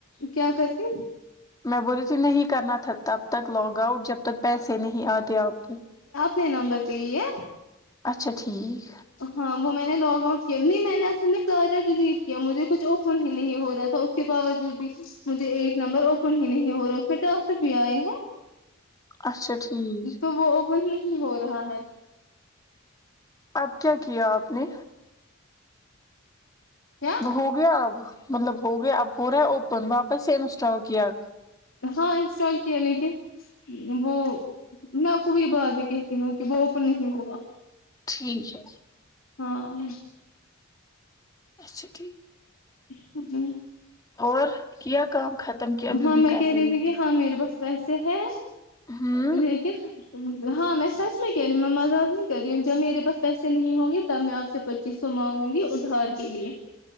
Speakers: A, on the left; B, on the left.
A: کیا کرتی
B: میں بولی رہی تھی نہیں کرنا تھا تب تک لاگ آؤٹ جب تک پیسے نہیں آتے آپ کے
A: کتنے نمبر پہ یہ
B: اچھا ٹھیک
A: ہاں وہ میں نے لاگ آؤٹ کیا نہیں میں نے اصل میں کریا ڈیلیٹ کیا مجھے کچھ اوپن ہی نہیں ہو رہا تھا اس کے باوجود بھی مجھے ایک نمبر اوپن ہی نہیں ہو رہا پھر ٹاسک بھی آئے ہیں
B: اچھا ٹھیک
A: تو وہ اوپن نہیں ہو رہا ہے
B: اب کیا کیا آپ نے
A: کیا
B: وہ ہو گیا اب مطلب ہو گیا اب ہو رہا ہے اوپن واپس سے انسٹال کیا
A: ہاں انسٹال کیا لیکن وہ میں آپ کوو یہ بعد میں کہتی ہوں کہ وہ اوپن نہیں ہوگا
B: ٹھیک ہے
A: ہاں
B: اچھا ٹھیک
A: پتا نہی
B: اور کیا کام ختم کی ابھی
A: ہاں
B: بھی
A: میں
B: کر
A: کہہ
B: رہی
A: تھی
B: ہوں
A: کہ ہاں میرے پاس پیسے ہے
B: ہوں
A: لیکن ہاں میں سچ میں کہہ رہی ہوں میں مذاق نہیں کر رہی ہوں جب میرے پاس پیسے نہیں ہونگے تب میں آپ سے پچیس سو مانگوں گی ادھار کے لیے